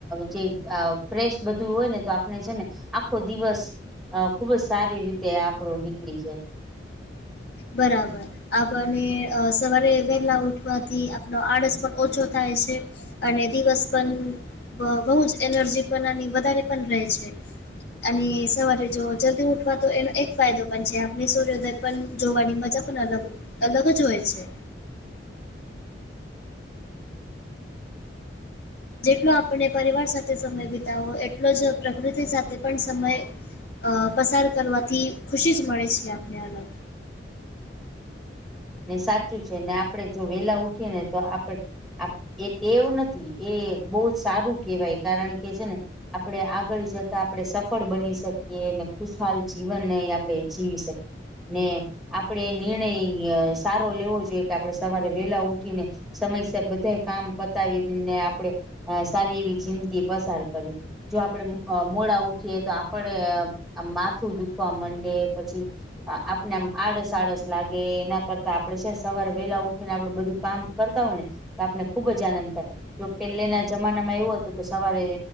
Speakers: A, in the centre; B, on the left.
A: જે ફ્રેશ બધું હોય ને તો આપણે છે ને આખો દિવસ અ ખુબ જ સારી રીતે આપડો નીકળી જાય
B: બરાબર આપને સવારે વહેલા ઉઠવાથી આપનો આળસ પણ ઓછો થાય છે. અને દિવસ પણ બહુ જ એનર્જી પણ વધારે રહે છે અને સવારે જો જલ્દી ઉઠવા તો એનો એક ફાયદો પણ છે આપને સૂર્યોદય પણ જોવાની મજા પણ અલગ અલગ જ હોય છે. જેટલો આપને પરિવાર સાથે સમય વિતાવવો એટલો જ પ્રકૃતિ સાથે પણ સમય અ પસાર કરવાથી ખુશી જ મળે છે આપને અલગ.
A: ને સાચું છે. ને આપડે જો વેલા ઉઠી ને તો આપડ એ ટેવું નથી. એ બહુ જ સારું કેહેવાય કારણ કે છે ને આપણે આગળ જતા આપણે સફળ બની શકીએ અને ખુશહાલ જીવનને આપણે જીવી શકીએ ને આપડે એ નિર્ણય સારો લેવો જોઈએ કે આપણે સવારે વેલા ઉઠીને સમયસર બધા કામ પતાવીને આપડે સારી એવી જિંદગી પસાર કરી જો આપડે મોડા ઉઠીએ તો આપડે માથું દુખવા માંડે પછી આપણે આમ આળસ આળસ લાગે ના કરતા આપડે છે સવારે વેલા ઉઠીને આપડે બધું કામ કરતા હોય ને તો આપને ખુબ જ આનંદ થાય જો પહેલેના જમાનામાં એવું હતું કે સવારે